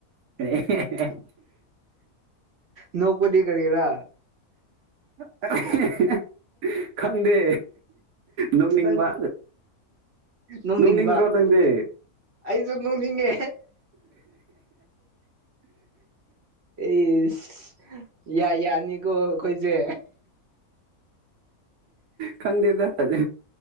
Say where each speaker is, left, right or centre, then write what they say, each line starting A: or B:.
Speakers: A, on the right (about 80°); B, on the right (about 55°).
A: <unintelligible>
B: ꯅꯣꯡꯄꯗꯤ ꯀꯔꯤꯔ
A: <unintelligible> ꯈꯪꯗꯦ ꯅꯣꯛꯅꯤꯡꯕꯥ
B: ꯅꯪ ꯅꯣꯛꯅꯤꯡꯕ
A: ꯅꯣꯛꯅꯤꯡꯗ꯭ꯔꯣ ꯅꯪꯗꯤ
B: ꯑꯩꯁꯨ ꯅꯣꯛꯅꯤꯡꯉꯦ ꯏꯁ ꯌꯥ ꯌꯥꯅꯤꯀꯣ ꯑꯩꯈꯣꯏꯁꯦ
A: ꯈꯪꯗꯦꯗ ꯑꯗ